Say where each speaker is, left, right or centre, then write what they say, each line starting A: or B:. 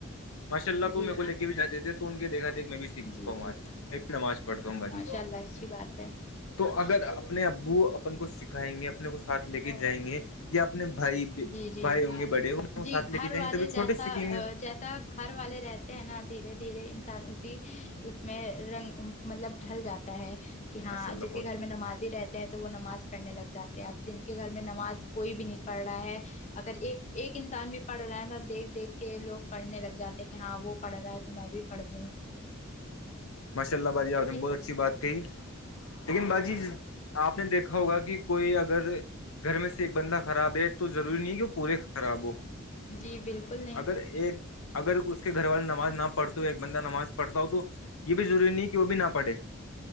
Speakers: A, on the left; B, on the left.
A: ماشاء اللہ تو
B: جی
A: میرے کو لے کے بھی جاتے تھے تو ان کے دیکھا دیکھ میں بھی سیکھ
B: جی
A: چکا ہوں
B: جی
A: آج میں بھی نماز پڑھتا ہوں باجی
B: ماشاء اللہ اچھی بات ہے
A: تو اگر اپنے ابو اپن کو سکھائیں گے اپنے کو ساتھ لے کے جائیں گے یا اپنے بھائی
B: جی جی
A: بھائی ہوں گے بڑے وہ
B: جی
A: ساتھ لے
B: گھر
A: کے جائیں
B: والے
A: گے تبھی چھوٹے
B: جیسا
A: سیکھیں گے
B: جیس ا گھر والے رہتے ہیں نا دھیرے دھیرے انسان اسی اس میں رنگ مطلب ڈھل جاتا ہے کہ ہاں
A: ماشاء اللہ
B: جس
A: بہت
B: کے گھر میں نمازی رہتی تو وہ نماز پڑھنے لگ جاتے ہیں اب جن کے گھر میں نماز کوئی بھی نہیں پڑھ رہا ہے اگر ایک ایک انسان بھی پڑھ رہا ہے نہ دیکھ دیکھ کے لوگ پڑھنے لگ جاتے ہیں کہ ہاں وہ پڑھ رہا ہے تو میں بھی پڑھنے
A: ماشاء اللہ باجی آپ نے بہت
B: سب
A: اچھی بات کہی لیکن باجی آپ نے دیکھا ہوگا کہ کوئی اگر گھر میں سے ایک بندہ خراب ہے تو ضروری نہیں کہ پورے خراب ہو
B: جی بالکل نہیں
A: اگر ایک اگر اس کے گھر والے نماز نہ پڑھتے ایک بندہ نماز پڑھتا ہو تو یے بھی ضروری نہیں کی وہ بھی نہ پڑھے